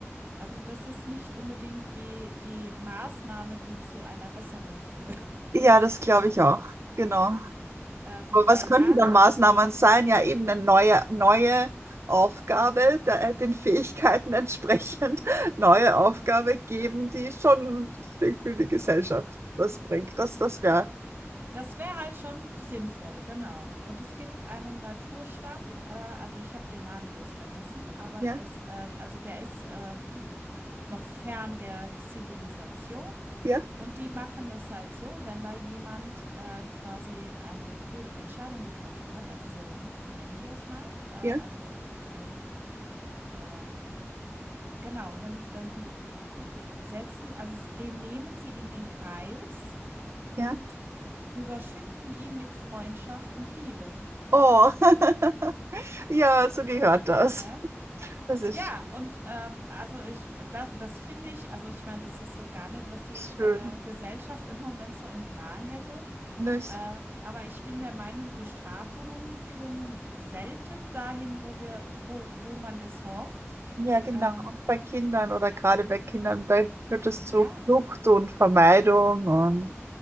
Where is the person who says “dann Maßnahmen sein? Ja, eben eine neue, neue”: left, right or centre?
Right